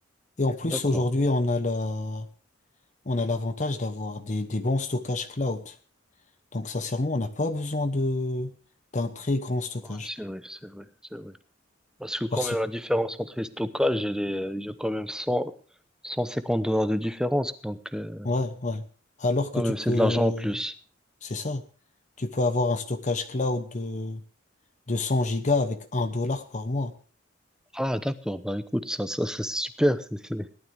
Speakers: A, on the left; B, in the centre.
A: Et en plus,
B: D'accord.
A: aujourd'hui, on a la, on a l'avantage d'avoir des, des bons stockages cloud. Donc, sincèrement, on n'a pas besoin de, d'un très grand stockage.
B: Ouais, C'est vrai, c'est vrai, c'est vrai. Parce que quand
A: Parce
B: même,
A: que,
B: la différence entre les stockages, elle est, il y a quand même 100, 150 dollars de différence. Donc, euh,
A: ouais, ouais. Alors que
B: quand
A: tu
B: même,
A: peux,
B: c'est de l'argent en plus.
A: c'est ça. Tu peux avoir un stockage cloud de, de 100 gigas avec un dollar par mois.
B: Ah, d'accord. Bah, écoute, ça, ça, ça, c'est super. C'est c'est-